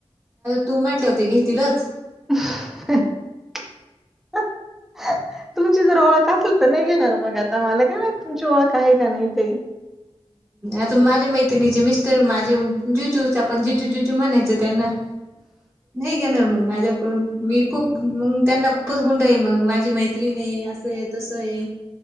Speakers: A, on the right; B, in the centre.
A: तू म्हटल्याव ते घेतीलच.
B: <unintelligible>
A: हम् <unintelligible>
B: तुमची जर ओळख असेल तर नाही घेणार मग आता. मला काय माहित तुमची ओळख आहे का नाही ते.
A: आता माझ्या मैत्रिणीचे मिस्टर माझे जुजू. आपण जिजू जीजू म्हणायचं त्यांना. <unintelligible> नाही घेणार मग माझ्याकडून. मी खूप मग त्यांना खूपच गुंडाळीन मग माझी मैत्रीणे असये तसये.